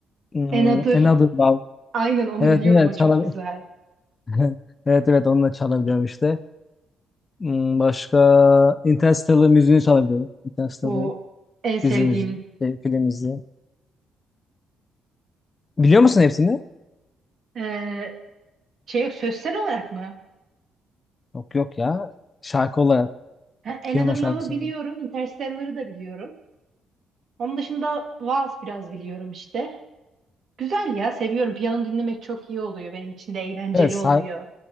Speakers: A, on the left; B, on the right.
A: hmm,
B: Enadır.
A: Another Love.
B: aynen onu
A: Evet
B: biliyorum
A: evet
B: o
A: çalab
B: çok güzel.
A: <laughs> Evet evet onu da çalabiliyorum işte. Hmm, başka Interstellar müziğini çalabiliyorum. Interstellar
B: O en sevdiğim
A: dizi müziği, şey, film müziği. Biliyor musun hepsini?
B: Ee, şey sözsel olarak mı?
A: Yok yok ya. Şarkı olarak,
B: Ha, Another
A: piyano
B: Love'ı
A: şarkısı
B: biliyorum,
A: olarak.
B: Interstellar'ı da biliyorum. Onun dışında Vals biraz biliyorum işte. Güzel ya seviyorum. Piyano dinlemek çok iyi oluyor benim için de eğlenceli
A: Evet,
B: oluyor.